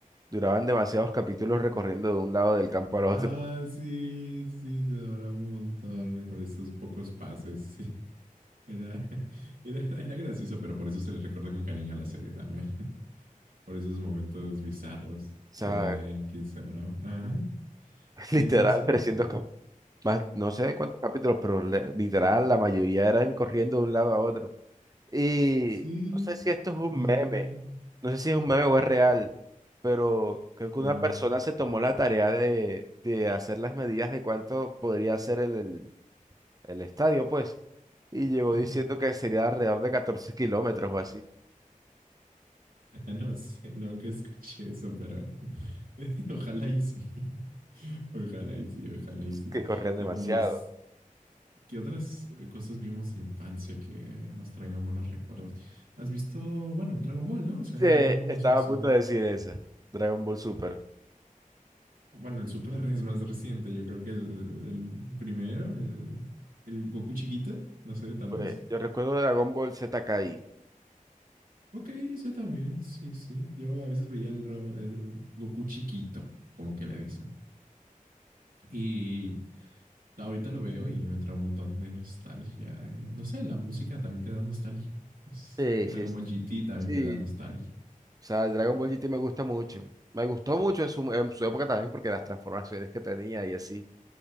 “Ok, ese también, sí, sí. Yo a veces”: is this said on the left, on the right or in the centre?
Right